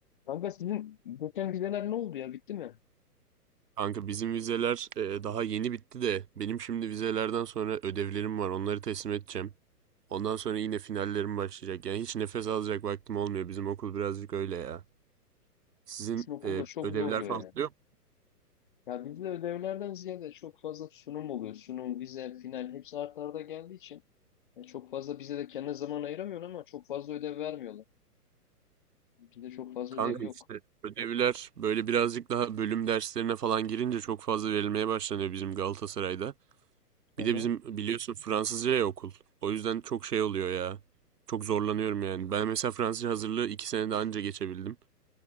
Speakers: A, on the left; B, on the right.
A: Kanka sizin geçen vizeler ne oldu ya bitti mi?
B: Kanka bizim vizeler e, daha yeni bitti de benim şimdi vizelerden sonra ödevlerim var. Onları teslim edeceğim. Ondan sonra yine finallerim başlayacak. Yani hiç nefes alacak vaktim olmuyor. Bizim okul birazcık öyle ya. Sizin
A: Sizin okulda
B: e,
A: çok
B: ödevler
A: zorluyor
B: falan
A: ya.
B: oluyor mu?
A: Ya bizde ödevlerden ziyade çok fazla sunum oluyor. Sunum, vize, final hepsi art arda geldiği için ya çok fazla bize de kendine zaman ayıramıyorsun ama çok fazla ödev vermiyorlar. Bizde çok fazla
B: Kanka
A: ödev yok.
B: işte ödevler böyle birazcık daha bölüm derslerine falan girince çok fazla verilmeye başlanıyor bizim Galatasaray'da.
A: Hı
B: Bir
A: hı.
B: de bizim biliyorsun Fransızca ya okul. O yüzden çok şey oluyor ya. Çok zorlanıyorum yani. Ben mesela Fransızca hazırlığı iki senede anca geçebildim.